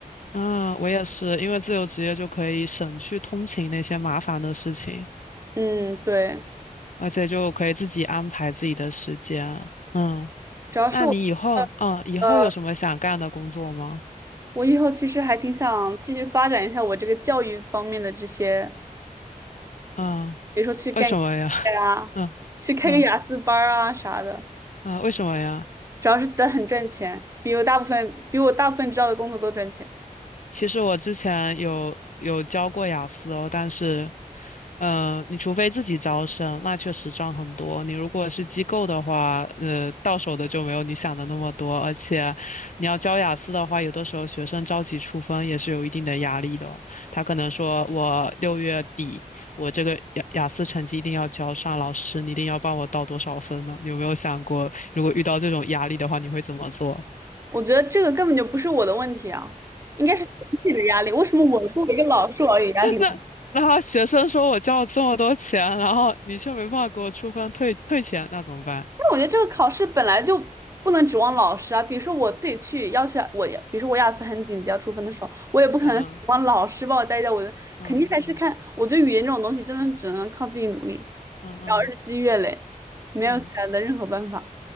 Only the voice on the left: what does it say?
嗯，我也是，因为自由职业就可以省去通勤那些麻烦的事情，
而且就可以自己安排自己的时间。嗯，
那你以后，嗯，以后有什么想干的工作吗？
嗯，
为什么呀？<laughs>
嗯
嗯啊，为什么呀？
其实我之前有有教过雅思哦，但是，呃，你除非自己招生，那确实赚很多。你如果是机构的话，呃，到手的就没有你想的那么多，而且你要教雅思的话，有的时候学生着急出分也是有一定的压力的哦他可能说我六月底我这个雅雅思成绩一定要交上，老师你一定要帮我到多少分呢？你有没有想过，如果遇到这种压力的话，你会怎么做？
那那学生说我交了这么多钱，然后你却没办法给我出分退退钱，那怎么办？
嗯嗯嗯嗯
嗯
嗯嗯